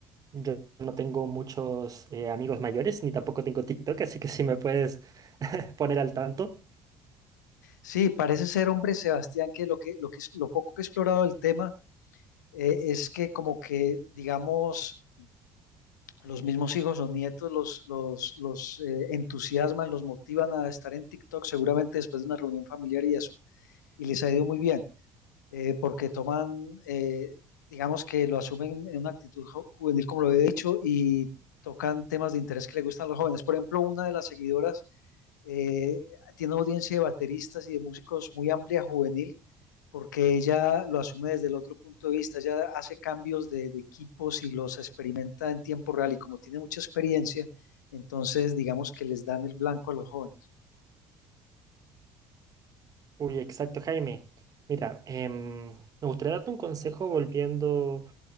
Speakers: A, on the right; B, on the left.
A: yo no tengo muchos eh, amigos mayores, ni tampoco tengo TikTok, así que si me puedes <laughs> poner al tanto.
B: Sí, parece ser, hombre, Sebastián, que lo que, lo que, lo poco que he explorado del tema eh, es que como que, digamos, los mismos hijos o nietos los, los, los eh, entusiasman, los motivan a estar en TikTok, seguramente después de una reunión familiar y eso, y les ha ido muy bien, eh, porque toman, eh, digamos que lo asumen en una actitud ju- juvenil, como lo he dicho, y tocan temas de interés que le gustan a los jóvenes. Por ejemplo, una de las seguidoras eh, tiene una audiencia de bateristas y de músicos muy amplia, juvenil, porque ella lo asume desde el otro punto de vista, ella hace cambios de, de equipos y los experimenta en tiempo real y como tiene mucha experiencia, entonces digamos que les dan el blanco a los jóvenes.
A: Uy, exacto, Jaime. Mira, em, me gustaría darte un consejo volviendo